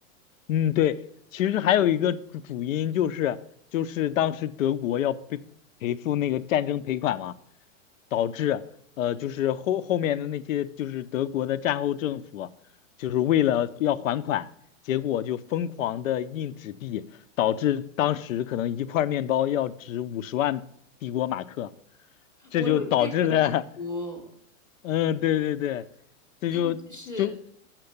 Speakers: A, on the left; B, in the centre.
A: 嗯，对，其实还有一个主主因就是就是当时德国要被赔付那个战争赔款嘛。导致呃，就是后后面的那些就是德国的战后政府，就是为了要还款，结果就疯狂的印纸币，导致当时可能一块面包要值五十万帝国马克，这就导致了，
B: 我有见过那个图，
A: <laughs> 嗯，对对对，这就就
B: 他们就是